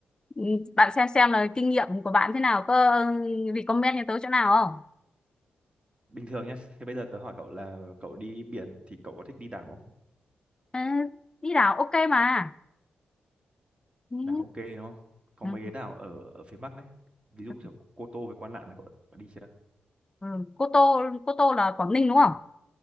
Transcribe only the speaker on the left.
ừ, bạn xem xem là kinh nghiệm của bạn thế nào có ừ, recommend cho tớ chỗ nào không
ừ, đi đảo ok mà ừ.
ừ,
ừ.
ừ. Cô Tô Cô Tô là Quảng Ninh đúng không